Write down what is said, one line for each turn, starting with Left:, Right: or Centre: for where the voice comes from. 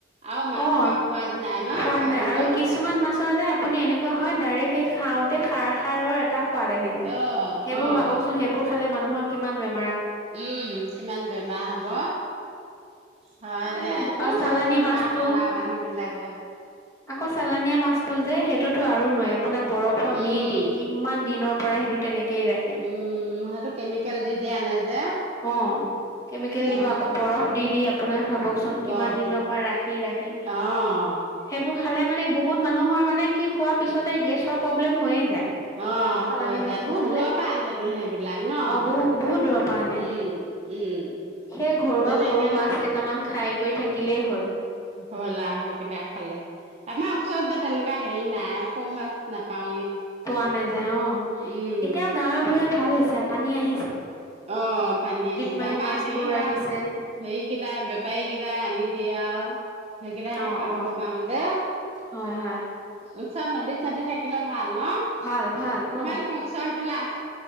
Right: আও মাছ
Left: অ
Right: সোপা সোৱাদ নাই ন
Left: সোৱাদ
Right: খাবলৈ
Left: নাই আৰু কিছুমান মাছৰ যে, আপুনি এনেকুৱা হ'য় ডাইৰেক্ট সেই খাওঁত্‌ টে সাৰ, সাৰৰ এটা সোৱাদ আহি যায়।
Right: অ',
Left: সেইবোৰ
Right: অ',
Left: ভাৱকচোন, সেইবোৰ খালে মানুহৰ কিমান বেমা
Right: উম, কিমান বেমাৰ হ'ব। হয়
Left: সেইকাৰণে
Right: দিয়া
Left: ব্‌
Right: একো
Left: আও চালানি
Right: খাবলৈ নোৱাৰা
Left: মাছটো।
Right: হ'ল আৰু মানুহ বিলাকে
Left: আকৌ চালানিয়া মাছ টো যে সেইটোতো আৰু নোৱাৰি আপোনাৰ বৰফত
Right: উম
Left: দি দি কিমান দিনৰ পৰা সেইটো তেনেক্‌ কেই ৰাখে।
Right: উম, সেইটো কেমিকেল দি দিয়া নাই যে
Left: অঁ, কেমিকেল
Right: এ
Left: দিব, আকৌ বৰফ দি দি আপোনাৰ ভাৱকচোন
Right: দৰৱ
Left: কিমান দিনৰপা
Right: দি পেলাই
Left: ৰাখি ৰাখি।
Right: অ',
Left: সেইবোৰ খালে মানে বহুত মানুহ হৰ মানে কি? খোৱা পিছতেই গেছৰ প্ৰব্লেম হৈয়ে যায়
Right: অঁ,
Left: চালানী
Right: হ'য় দে।
Left: মাছটো
Right: বহুত
Left: খালে
Right: দূৰপা আনেটো সেইবিলাক ন'।
Left: অ বহু বহুত দূৰৰ পৰা আনে
Right: উম, উম।
Left: সেই ঘৰুৱা
Right: যেনেকে
Left: সৰু মাছ কেইটামান খাই কৈ থাকিলেই হ'ল।
Right: হ'লাও সেইকেইটা খালে। আমা ওচৰত যে তেনেকুৱা হেৰি নাই, সৰু মাছ নাপাওঁ।
Left: পোৱা নাযায় অঁ,
Right: উম,
Left: এতিয়াও গাঁৱে- ভূঁইয়ে ভাল হৈছে পানী আহি
Right: অঁ, পানী আহিছে
Left: মানে
Right: আমা
Left: মাছবোৰ
Right: সেইয়া
Left: আহিছে
Right: হেৰি কেইটাই, বেপাৰী কেইটাই আনি দিয়ে আও। সেইকেইটাহে
Left: অ',
Right: খাবলে
Left: অ',
Right: পাওঁ যে।
Left: হ'য়, হ'য়।
Right: ওচৰত নদী -চদী থাকিলে ভাল ন'। তোমালোকৰ
Left: ভাল, ভাল অ',
Right: ওচৰ সইফালে আ